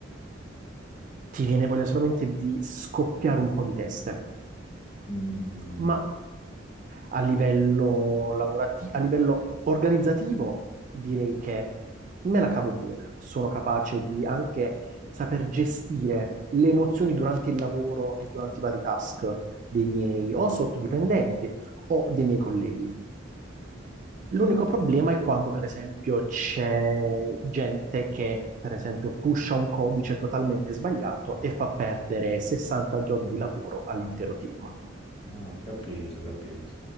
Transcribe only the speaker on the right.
ti viene voglia solamente di scoppiare un po' di teste.
ma a livello lavorativo, a livello organizzativo, direi che me la cavo bene. Sono capace di anche saper gestire le emozioni durante il lavoro e durante i vari task dei miei o sottodipendenti o dei miei colleghi. L'unico problema è quando, per esempio, c'è gente che, per esempio, pusha un codice totalmente sbagliato
e fa perdere 60 giorni di lavoro all'intero team.